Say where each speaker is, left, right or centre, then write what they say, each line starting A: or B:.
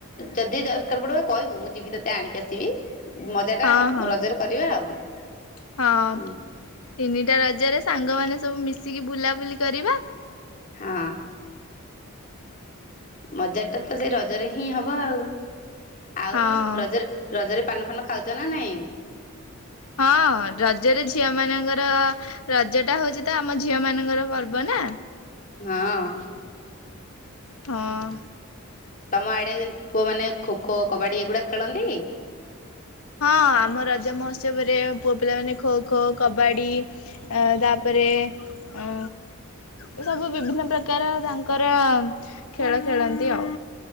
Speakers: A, on the left; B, on the left.
A: ଯଦି ଦରକାର ପଡିବ କହିବୁ ମୁଁ ଯିବି ତତେ ଆଣିକି ଆସିବି। ମଜା
B: ହଁ
A: ଟା
B: ହଁ।
A: ରଜରେ କରିବା ଆଉ।
B: ହଁ
A: ହୁଁ
B: ତିନିଟା ରଜରେ ସାଙ୍ଗମାନେ ସବୁ ମିଶିକି ବୁଲାବୁଲି କରିବା।
A: ହଁ। ମଜା ଟା ତ ସେଇ ରଜରେ ହିଁ ହବ ଆଉ ଆଉ
B: ହଁ।
A: ରଜରେ। ରଜରେ ପାନ ଫାନ ଖାଉଛ ନା ନାଇଁ।
B: ହଁ ରଜରେ ଝିଅ ମାନଙ୍କର। ରଜ ଟା ହଉଛି ତ ଆମ ଝିଅ ମାନଙ୍କର ପର୍ବ ନା।
A: ହଁ
B: ହଁ।
A: ତମ ଆଡ଼େ ପୁଅମାନେ ଖୋଖୋ କବାଡ଼ି ଏଗୁଡ଼ାକ ଖେଳନ୍ତି।
B: ହଁ ଆମ ରଜ ମହୋତ୍ସବରେ ପୁଅ ପିଲାମାନେ ଖୋ ଖୋ କବାଡ଼ି। ଏ ତାପରେ ଅଁ। ଏ ସବୁ ବିଭିନ୍ନ ପ୍ରକାର ତାଙ୍କର ଖେଳ ଖେଳନ୍ତି ଆଉ।